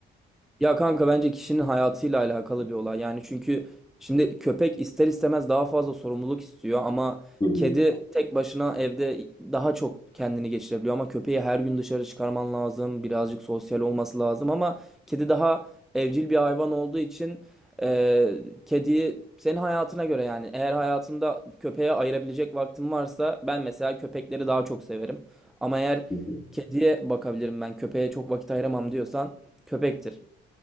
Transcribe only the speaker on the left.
Hı hı,
hı hı.